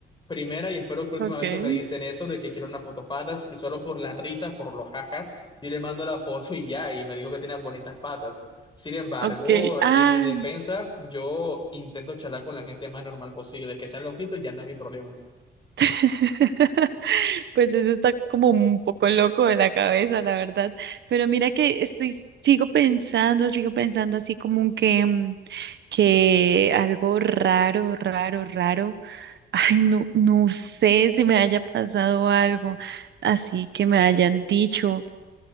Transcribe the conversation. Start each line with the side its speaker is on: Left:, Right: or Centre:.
Left: Primera y espero que última
Right: Okay,
Left: vez que me dicen eso de que quiero unas fotos patas y solo por las risas, por los jajas, yo le mando la foto y ya, y me dijo que tenía bonitas patas. Sin embargo,
Right: okay. Ah.
Left: en mi defensa, yo intento charlar con la gente más normal posible, que sean loquitos ya no es mi problema.
Right: <laughs> Pues eso está como un poco loco de la cabeza, la verdad. Pero mira que estoy, sigo pensando, sigo pensando así como que, mm, que algo raro, raro, raro. <laughs> Ay, no, no sé si me haya pasado algo así que me hayan dicho.